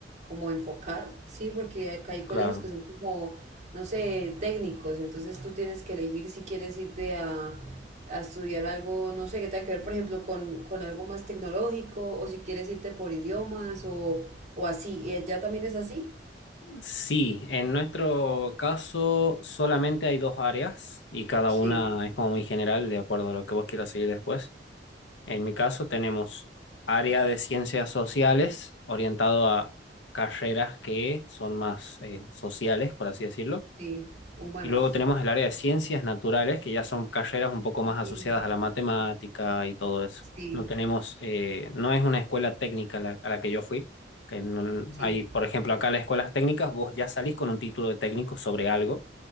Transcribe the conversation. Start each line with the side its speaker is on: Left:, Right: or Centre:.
Right: como enfocar, ¿sí? Porque acá hay
Left: Claro.
Right: colegios que son como, no sé, técnicos, entonces tú tienes que elegir si quieres irte a, a estudiar algo, no sé, que tenga que ver, por ejemplo, con, con algo más tecnológico, o si quieres irte por idiomas, o, o así. ¿Y allá también es así?
Left: Sí, en nuestro caso solamente hay dos áreas y cada
Right: Sí,
Left: una es como muy general, de acuerdo a lo que vos quieras seguir después. En mi caso tenemos área de ciencias sociales orientado a carreras que son más eh, sociales, por así decirlo.
Right: sí, humanas.
Left: Y luego tenemos el área de ciencias naturales, que ya son carreras un poco más
Right: Sí,
Left: asociadas a la matemática y todo eso.
Right: sí,
Left: No tenemos, eh, no es una escuela técnica la- a la que yo fui. Que no-
Right: sí.
Left: hay, por ejemplo, acá las escuelas técnicas, vos ya salís con un título de técnico sobre algo.